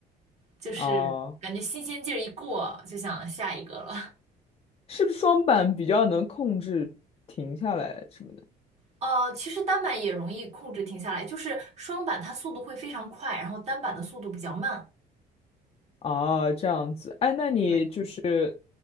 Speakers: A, on the right (about 40°); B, on the left (about 35°).
A: 就是感觉新鲜劲儿一过，
B: 哦，
A: 就想下一个了。
B: 是不是双板比较能控制停下来什么的？
A: 呃，其实单板也容易控制停下来，就是双板它速度会非常快，然后单板的速度比较慢。
B: 哦，这样子。哎，那你就是
A: 对，